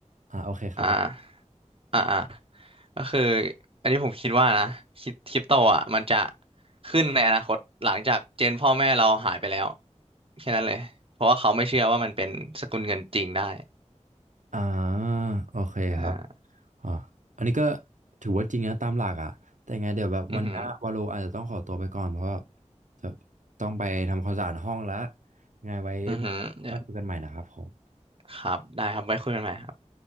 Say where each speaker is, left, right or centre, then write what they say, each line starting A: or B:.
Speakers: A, on the right; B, on the right.
A: อ่าโอเคครับ
B: อ่าอ่าอ่าก็คืออันนี้ผมคิดว่านะคริปคริปโตอ่ะมันจะขึ้นในอนาคตหลังจากเจนพ่อแม่เราหายไปแล้ว แค่นั้นเลย เพราะว่าเขาไม่เชื่อว่ามันเป็นสกุลเงินจริงได้
A: อ่าโอเคครับ
B: อ่า
A: อ๋ออันนี้ก็ถือว่าจริงนะตามหลักอ่ะแต่ไงเดี๋ยวแบบวันนี้วาโลอาจจะต้องขอตัวไปก่อนเพราะว่า
B: อือหือ
A: จะต้องไปทำความสะอาดห้องแล้วยังไงไว้
B: อือหือเดี๋ยว
A: มาคุยกันใหม่นะครับผม
B: ครับได้ครับ ไว้คุยกันใหม่ครับ